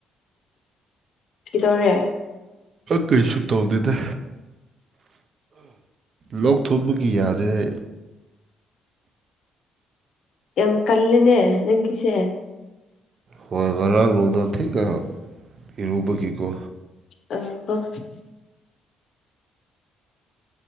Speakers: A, on the left; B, on the right.
A: ꯀꯩꯗꯧꯔꯦ
B: ꯀꯩꯁꯨ ꯇꯧꯗꯦꯗ ꯂꯣꯛ ꯊꯨꯝꯕꯒꯤ ꯌꯥꯗꯔꯦ
A: ꯌꯥꯝ ꯀꯜꯂꯦꯅꯦ ꯅꯪꯒꯤꯁꯦ
B: ꯍꯣꯏ ꯉꯔꯥꯡ ꯅꯣꯡꯗꯥꯡ ꯊꯦꯟꯅ ꯏꯔꯨꯕꯒꯤꯀꯣ
A: <unintelligible>